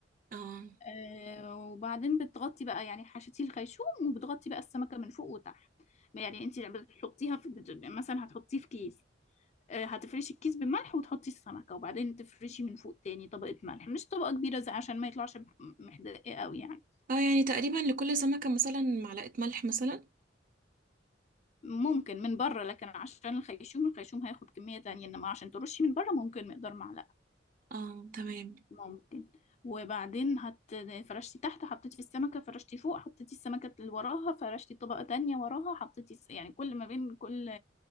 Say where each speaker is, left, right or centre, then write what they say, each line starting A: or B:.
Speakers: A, on the right; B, on the left.
A: اه
B: آه، وبعدين بتغطي بقى يعني حشتي الخيشوم وبتغطي بقى السمكه من فوق وتحت يعني انت بتحطيها في بت- مثلا هتحطيه في كيس آه، هتفرشي الكيس بملح وتحطي السمكة وبعدين تفرشي من فوق تاني طبقة ملح مش طبقة كبيرة زي عشان ما يطلعش محدقة قوي يعني
A: اه يعني تقريبا لكل سمكة مثلا معلقة ملح مثلا
B: ممكن من بره لكن عشان الخيشوم الخيشوم هياخد كمية تانية انما عشان ترشي من بره ممكن مقدار معلقة
A: اه تمام
B: ممكن وبعدين هت فرشتي تحت حطيتي السمكة فرشتي فوق حطيتي السمكة اللي وراها فرشتي طبقة تانية وراها حطيتي س- يعني كل ما بين كل